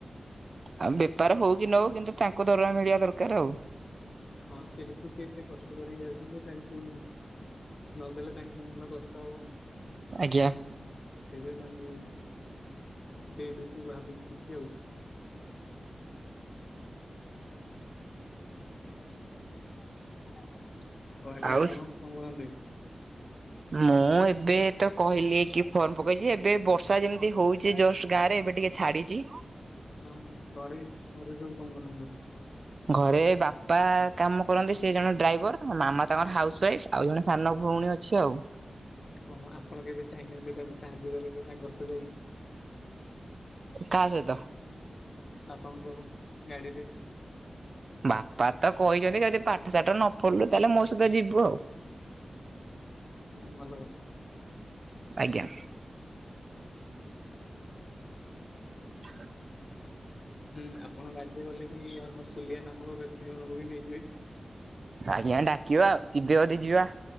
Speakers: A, on the right (about 55°); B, on the left (about 50°).
A: ଆଉ ବେପାର ହଉ କି ନ ହଉ କିନ୍ତୁ ତାଙ୍କ ଦରମା ମିଳିବା ଦରକାର ଆଉ।
B: ହଁ ଯେହେତୁ ସି ଏତେ କଷ୍ଟ କରିକି ଯାଇଚନ୍ତି ତାଙ୍କୁ ନଦେଲେ ତାଙ୍କ ମନ କଷ୍ଟ ହବ।
A: ଆଜ୍ଞା।
B: ସେଇଥିପାଇଁ ତାଙ୍କୁ ଦେଇ ଦଉଚି ଭାବିକି କିଛି ଆଉ। ଆଉ ଆଜ୍ଞା ଆପଣ
A: ଆଉ
B: କଣ କରନ୍ତି?
A: ମୁଁ ଏବେ ତ କହିଲି କି ଫର୍ମ ପକେଇଚି ଏବେ ବର୍ଷା ଯେମିତି ହଉଚି ଜଷ୍ଟ ଗାଁରେ ଏବେ ଟିକେ ଛାଡିଚି।
B: ହଁ ହଁ ଘରେ ଘରେ ସବୁ କଣ କରନ୍ତି।
A: ଘରେ ବାପା କାମ କରନ୍ତି। ସେ ଜଣେ ଡ୍ରାଇଭର ମାମା ତାଙ୍କର ହାଉସ୍ ୱାଇଫ୍ ଆଉ ଜଣେ ସାନ ଭଉଣୀ ଅଛି ଆଉ।
B: ଓହୋ ଆପଣ କେବେ ଚାହିଁନାହାନ୍ତି ତାକୁ ସାହାଯ୍ୟ କରିବାକୁ ତାଙ୍କ ସହିତ ଯାଇକି।
A: କାହା ସହିତ?
B: ବାପଙ୍କ ସହ ଗାଡିରେ।
A: ବାପା ତ କହିଚନ୍ତି ଯଦି ପାଠ ଷାଠ ନ ପଢିଲୁ ତାହେଲେ ମୋ ସହିତ ଯିବୁ ଆଉ।
B: ହୁଁ ଭଲ କଥା।
A: ଆଜ୍ଞା। <inaudible>
B: ହୁଁ ଆପଣ ଗାଡିରେ ଗଲେ ବି ଆମ ସୁଲିଆ ନାମକ ବ୍ୟକ୍ତି ଜଣଙ୍କୁ ବି ନେଇଯିବେ।
A: ଆଜ୍ଞା ଡାକିବା ଆଉ ଯିବେ ଯଦି ଯିବା।